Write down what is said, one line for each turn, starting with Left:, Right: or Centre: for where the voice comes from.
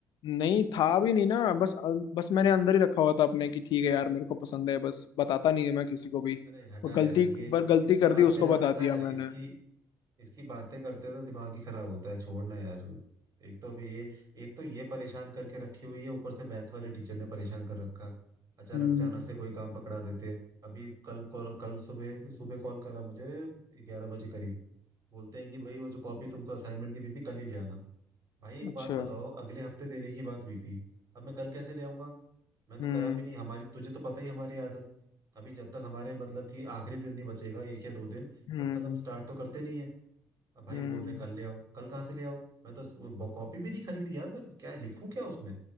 Left: नहीं था भी नहीं ना बस बस मैंने अंदर ही रखा हुआ था अपने कि ठीक है यार मेरे को पसंद है बस बताता नहीं है मैं किसी को भी
Right: अरे हटा
Left: वो गलती
Right: यार ये
Left: पर गलती
Right: इसकी
Left: कर
Right: बातें
Left: दी उसको बता
Right: ना पता
Left: दिया
Right: है
Left: मैंने
Right: इसकी इसकी बातें करते तो दिमाग ही खराब होता है छोड़ना यार एक तो अभी ये एक तो ये परेशान करके रखी हुई है ऊपर से मैथ्स वाले टीचर ने परेशान कर रखा अचानक
Left: हम्म
Right: अचानक से कोई काम पकड़ा देते हैं अभी कल कॉल कल सुबह सुबह कॉल करा मुझे ग्यारह बजे करीब बोलते हैं कि भाई वो जो कॉपी तुमको असाइनमेंट की दी थी कल ही ले आना भाई एक
Left: अच्छा
Right: बात बताओ अगले हफ्ते देने की बात हुई थी अब मैं कल कैसे ले आऊंगा मैं तो
Left: हम्म
Right: करा भी नहीं हमारी तुझे तो पता ही हमारी आदत अभी जब तक हमारे मतलब कि आखिरी दिन नहीं बचेगा एक या दो दिन
Left: हम्म
Right: तब तक हम स्टार्ट तो करते नहीं है अब भाई
Left: हम्म
Right: बोल रहे हैं कल ले आओ कल कहाँ से ले आओ मैं तो वो कॉपी भी नहीं खरीदी यार मैं क्या लिखूं क्या उसमें